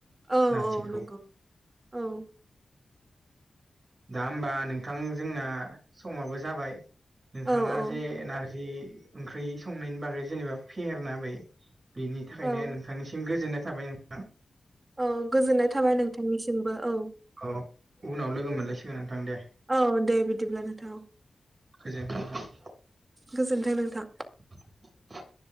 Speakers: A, on the right; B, on the right.
A: औ
B: नारजिखौ
A: औ नंगौ औ
B: दा होमबा नोंथां जोंना समाबो जाबाय नोंथाङा
A: औ औ
B: जे नारजि ओंख्रि संनायनि बागै जेनेबा फेहेरना होबाय बेनि थाखायनो
A: औ
B: नोंथांनिसिम गोजोननाय थाबाय नोंथां।
A: औ गोजोननाय थाबाय नोंथांनिसिमबो औ
B: औ उनाव लोगो मोनलायसिगोन नोंथां दे
A: औ दे बिदिब्ला नोंथां औ
B: गोजोननाय थाबाय <inaudible>
A: गोजोनथों नोंथां।
B: <inaudible>